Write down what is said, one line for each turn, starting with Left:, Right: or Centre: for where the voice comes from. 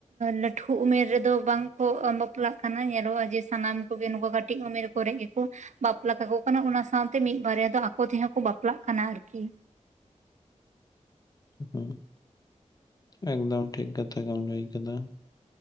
Right: ᱞᱟᱹᱴᱷᱩ ᱩᱢᱮᱨ ᱨᱮᱫᱚ ᱵᱟᱝᱠᱚ ᱵᱟᱯᱞᱟᱜ ᱠᱟᱱᱟ ᱧᱮᱞᱚᱜᱼᱟ ᱡᱮ ᱥᱟᱱᱟᱢ ᱠᱚᱜᱮ ᱱᱚᱝᱠᱟ ᱠᱟᱹᱴᱤᱡ ᱩᱢᱮᱨ ᱠᱚᱨᱮ ᱜᱮᱠᱚ ᱵᱟᱯᱞᱟ ᱠᱟᱠᱚ ᱠᱟᱱᱟ ᱚᱱᱟ ᱥᱟᱶᱛᱮ ᱢᱤᱫ ᱵᱟᱨᱭᱟ ᱫᱚ ᱟᱠᱚ ᱛᱮᱦᱚᱸ ᱠᱚ ᱵᱟᱯᱞᱟᱜ ᱠᱟᱱᱟ ᱟᱨᱠᱤ,
Left: ᱦᱩᱸ ᱮᱠᱫᱚᱢ ᱴᱷᱤᱠ ᱠᱟᱛᱷᱟ ᱜᱮᱢ ᱞᱟᱹᱭ ᱠᱮᱫᱟ,